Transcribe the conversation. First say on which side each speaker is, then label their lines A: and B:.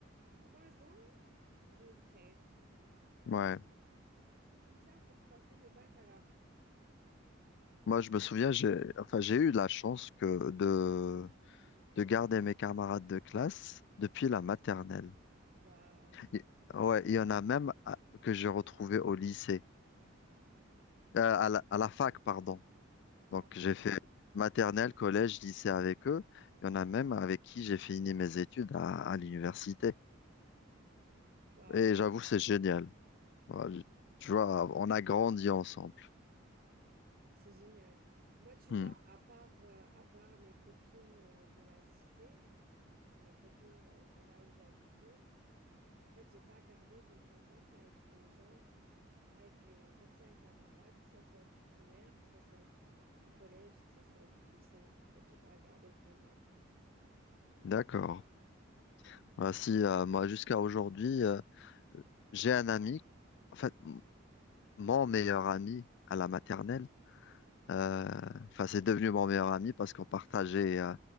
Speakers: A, on the right; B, on the left.
A: trois ans de stress. Quand
B: Ouais,
A: tout ça pour passer le bac à la fin.
B: moi je me souviens, j'ai, enfin j'ai eu la chance que de, de garder mes camarades de classe depuis la maternelle.
A: Waouh,
B: Et- ouais, il y en a même à- que j'ai retrouvé au lycée, Euh, à la, à la fac, pardon.
A: waouh,
B: Donc, j'ai fait maternelle, collège, lycée avec eux. Il y en a même avec qui j'ai fini mes études à, à l'université.
A: waouh,
B: Et j'avoue, c'est génial. Voilà, je- tu vois, on a grandi ensemble.
A: c'est génial. Moi, tu
B: Hmm,
A: vois, à part, euh, à part mes copines euh, de la cité, mes copines euh, de là où j'habitais, en fait, j'ai pas gardé de contact avec les gens avec les anciens camarades, que ça soit du primaire, que ça soit du, du collège, que ça soit du lycée. En fait, j'ai pas gardé de contact.
B: d'accord. Voilà, si, euh, moi, jusqu'à aujourd'hui, euh, j'ai un ami, en fait, m- mon meilleur ami à la maternelle. euh, Enfin, c'est devenu mon meilleur ami parce qu'on partageait euh,